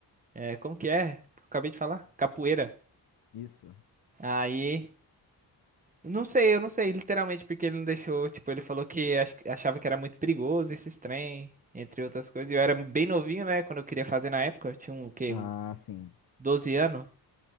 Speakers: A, on the right (about 20°); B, on the left (about 65°).
A: é, como que é? Que Eu acabei de falar, capoeira.
B: Isso.
A: Aí Não sei, eu não sei, literalmente, porque ele não deixou. Tipo, ele falou que ach- achava que era muito perigoso esses trem, entre outras coisas. E eu era bem novinho, né? Quando eu queria fazer na época, eu tinha um, o quê?
B: Ah,
A: Um
B: sim.
A: 12 anos.